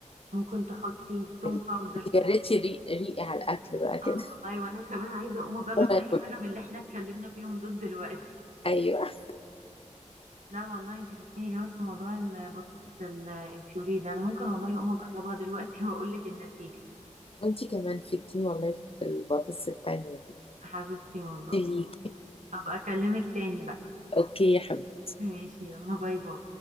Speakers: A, on the right (about 75°); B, on the left (about 45°).
A: ممكن تحطي توم
B: يعني
A: باودر
B: جريتي ري- ريقي على الأكل بقى كده
A: اه والله وانا كمان عايزه اقوم اجرب
B: <laughs> وما
A: اي
B: أكل
A: حاجه من اللي احنا اتكلمنا فيهم دول دلوقتي
B: أيوه
A: لا والله انت فدتيني جامد في موضوع البطاطس ال- البيوري ده انا ممكن والله اقوم اجربها دلوقتي واقول لك النتيجه
B: وانتي كمان فدتيني والله في البطاطس التانية دي
A: حبيبتي والله
B: ليك
A: ابقى اكلمك تاني بقى
B: أوكي يا حبيبتي
A: ماشي يلا باي باي